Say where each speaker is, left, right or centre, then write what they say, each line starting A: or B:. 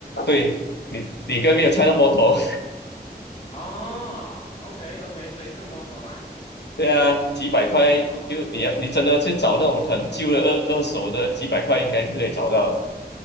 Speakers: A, on the left; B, on the left.
A: 对你你刚没有猜到摩托，
B: 哦，OK OK，所以是 model 啊。
A: <laughs> 对啊，几百块就你要你真的去找那种很旧的二二手的，
B: 哦
A: 几百块应该是可以找到的